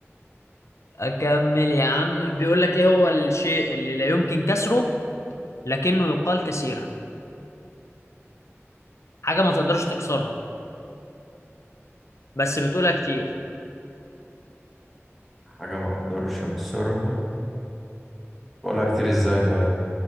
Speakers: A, on the left; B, in the centre.
A: اكمل يا عم بيقول لك ايه هو الشيء اللي لا يمكن كسره لكنه يقال كثيرا حاجة ما تقدرش تكسرها بس بتقولها كتير
B: حاجة ما اقدرش اكسرها بقولها كتير ازاي طيب